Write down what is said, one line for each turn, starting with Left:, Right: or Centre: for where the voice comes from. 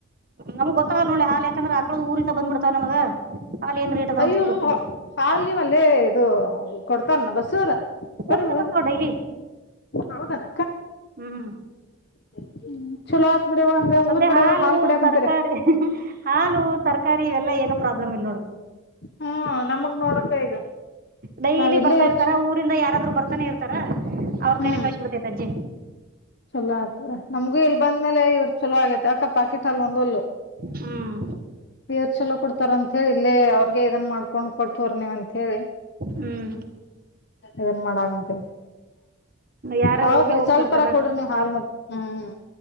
Right: ನಮ್ ಗೊತ್ತಾಗ ನೋಡಿ ಹಾಲ್ ಯಾಕಂದ್ರೆ ಆಕಳದ್ ಊರಿಂದ ಬಂದ್ ಬಿಡ್ತಾವ ನಮಗ ಹಾಲು ಏನ್ ರೇಟ್ ಅದಾವ
Left: ಅಯ್ಯೋ
Right: ಅಂತಾನೂ ಗೊತ್ತಿಲ್ಲ
Left: ಹಾಲ ನಿ ಮಲ್ಲೆ ಇದು ಕೊಡ್ತಾರ ಬಸ್ಸವರು ಬರಿ
Right: ಊರಿಂದ
Left: ಒಳಗ
Right: ಬರ್ತಾವ ಡೈಲಿ
Left: ಹೌದಣ
Right: ಹ್ಮ್
Left: ಹ್ಮ ಚಲೋ ಬಿಡವ ಹಂಗ
Right: ಸದ್ಯ
Left: ಊರ್ ಕಡೆ
Right: ಹಾಲು
Left: ಹೋಗಿ ಹಾಲ್ ಕುಡಿಯಾಕುಂತಾರೆ
Right: ತರಕಾರಿ ಹಾಲು ತರಕಾರಿ ಇವೆಲ್ಲಾ ಏನು ಪ್ರಾಬ್ ಪ್ರಬ್ಲ ಇಲ್ಲೋಡು
Left: ಹ್ಮ್ ನಮಗ್ ನೋಡಕ್ಕ ಈಗ
Right: ಡೈಲಿ
Left: ನಾವ್ ಇಲ್ಲೇ
Right: ಬರ್ತಾ
Left: ಇರ್ಚ್
Right: ಇರ್ತಾರ ಊರಿಂದ ಯಾರಾದ್ರು ಬರ್ತಾನೆ ಇರ್ತಾರ ಅವ್ರ
Left: ಹ್ಮ್
Right: ಕೈಲೆ ಕಳ್ಸಬ ಬಿಡ್ತೈ ಅಜ್ಜಿ
Left: ಚಲೋ ಆತ್ಡ ನಮ್ಗೂ ಇಲ್ ಬಂದ್ಮೇಲೆ ಇವ್ರ ಚೊಲೋ ಆಗೇತೆ ಅಕ ಪಾಕೆಟ್ ಹಲ್ ಒಂದಲ್ಲು
Right: ಹ್ಮ್
Left: ರ್ ಚಲೋ ಕೊಡ್ತಾರಂತ ಹೇಳಿ ಇಲ್ಲೇ ಅವ್ರ ಇದನ್ ಮಾಡ್ಕೊಂಡ್ ಕೊಡ್ತವ್ರ ನೀವ್ ಅಂತ ಹೇಳಿ
Right: ಹ್ಮ್
Left: ಇದನ್ ಮಾಡಂತ
Right: ಯಾರೇ
Left: ಹೌದ್ರಿ
Right: ಹೋಗೇ ಹೋಗ್ತಿರ್ತಾರ
Left: ಸ್ವಲ್ಪ ನೀ ಹಾಲ್ ಮತ್ತ ಹ್ಮ್